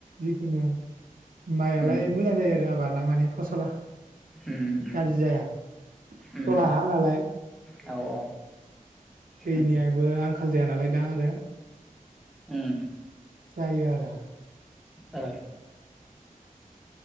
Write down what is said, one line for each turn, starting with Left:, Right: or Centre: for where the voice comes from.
Right: जिखुनु मायालाय
Centre: उम
Right: मोजां जायो आरो आबादा माने फसला
Centre: उम उम
Right: गाज्रि जाया
Centre: उम
Right: दला हा नालाय
Centre: औ औ
Right: दैनियाबो
Centre: उम
Right: आंखाल जाया नालाय दा आरो
Centre: उम
Right: जायो आरो
Centre: ओ